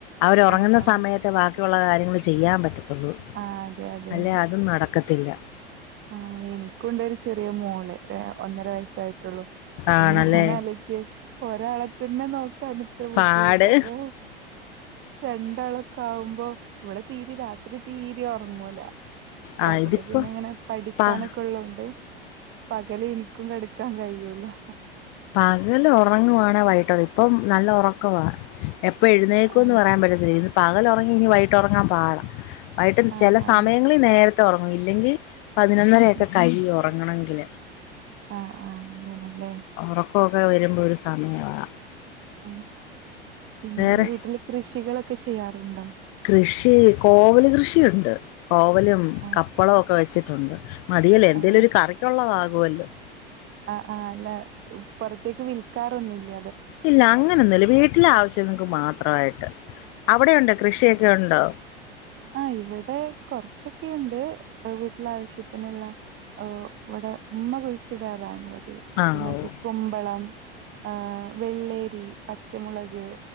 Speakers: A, on the left; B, on the right.
A: അവര് ഒറങ്ങുന്ന
B: ആഹ് ആഹ് ആഹ്
A: സമയ ത്തേ ബാക്കിയുള്ള കാര്യങ്ങള് ചെയ്യാൻ പറ്റത്തൊള്ളൂ
B: ആഹ് അതെ അതെ
A: അല്ലേ അതും നടക്കത്തില്ല.
B: ആഹ് എനിക്കുണ്ടൊരു ചെറിയ മോള് ഏ ഒന്നര വയസ്സായിട്ടൊള്ളൂ അപ്പൊ
A: ആണല്ലേ
B: ഞാനാലോ യ്ക്ക് ഒരാളെത്തന്നെ നോക്കാൻ ഇത്ര ബുദ്ധിമുട്ട
A: പാട്
B: പ്പൊ രണ്ട് ണ്ടാളൊക്കാവുമ്പോ വടെ തീരി രാ പ്പര് തീരി ഒറ്ങ്ങൂലക
A: ആ
B: പകല്
A: ഇതിപ്പോ
B: പിന്നെങ്ങനെ പഠിക്കാനൊക്കെ
A: പ
B: ഉള്ളോണ്ട് പകല് ഇനിക്കും കട്ക്കാൻ കഴിയൂല്ലാ
A: പകല് ഒറങ്ങുവാണ വൈകി <unintelligible> ഇപ്പം നല്ല ഒറക്കവാ എപ് പ്പൊ എഴുന്നേക്കൂന്ന്
B: ആഹ്
A: പറയാൻ പറ്റത്തില്ല. ഇന്ന് പകലൊറങ്ങി ഇനി വൈകീട്ടൊറങ്ങാൻ പാടാ. വൈകിട്ട്
B: ആഹ്
A: ചെല
B: ആഹ്
A: സമയ ങ്ങളിൽ നേരത്തെ ഒറങ്ങും. ഇല്ലെങ്കി പതിനൊന്നരയൊക്കെ
B: ആഹ്
A: കഴിയും ഒറങ്ങണെങ്കില്.
B: ആഹ് ആഹ് അങ്ങനല്ലേ
A: ഉറക്കമൊക്കെ വരുമ്പോൾ ഒരു സമയ വാ
B: ആ പിന്നെ
A: വേറെ
B: ന്റെ വീട്ടില് കൃഷികളൊക്കെ ചെയ്യാറുണ്ടോ
A: കൃഷി കോവല് കൃഷിയുണ്ട്. കോവലും
B: ആഹ്
A: കപ്പളവും ഒക്കെ വെച്ചിട്ടുണ്ട് മതിയല്ലേ എന്തേലും
B: ആഹ്
A: ഒരു കറിക്കുള്ളതാകുവല്ലോ
B: ആ ആ് അല്ല പുറത്തേക്ക് വിൽക്കാറൊന്നുല്ല
A: ഇല്ല അങ്ങനൊന്നുല്ല വീട്ടിലെ ആവശ്യങ്ങൾക്ക് മാത്രായിട്ട് അവിടെയുണ്ടോ കൃഷിയൊക്കെ ഉണ്ടോ
B: ആ ഇവിടെ കൊറച്ചൊക്കെയുണ്ട് വീട്ടില ആവശ്യത്തിനുള്ള ഓ വടെ ഉമ്മ കുഴിച്ചിടാറാണ് പതിവ്
A: ആഹ്
B: മറ്റേ
A: ഓഹ്
B: കുമ്പളം ആഹ് വെള്ളേരി പച്ചമുളക്